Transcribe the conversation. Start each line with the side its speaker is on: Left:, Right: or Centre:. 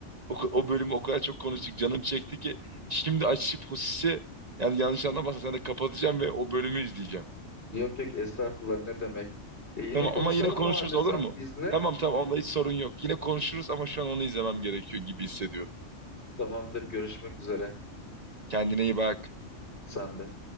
Right: o, o bölümü o kadar çok konuştuk canım çekti ki şimdi açıp Hosis'i yani yanlış anlamazsan sen de kapatacağım ve o bölümü izleyeceğim.
Left: Yok yok estağfurullah ne demek. E, yine
Right: Tamam
Left: konuşalım
Right: ama yine konuşuruz
Left: o halde
Right: olur
Left: sen
Right: mu?
Left: izle.
Right: Tamam tamam onda hiç sorun yok. Yine konuşuruz ama şu an onu izlemem gerekiyor gibi hissediyorum.
Left: Tamamdır görüşmek üzere.
Right: Kendine iyi bak.
Left: Sen de.